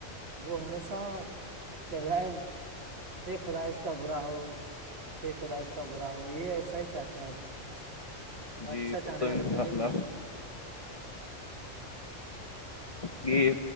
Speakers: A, on the right; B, on the left.
A: وہ ہمیشہ کہ رہ ہے ا خدا اس کا برا ہو یہ خدا اس کا برا ہو یہ ایسا ہی چاہتا ہے اب
B: جی
A: اچھا
B: وہ
A: چاہنے
B: انشاء
A: والے تو ہے
B: اللہ
A: ہی نہیں <inaudible>
B: یہ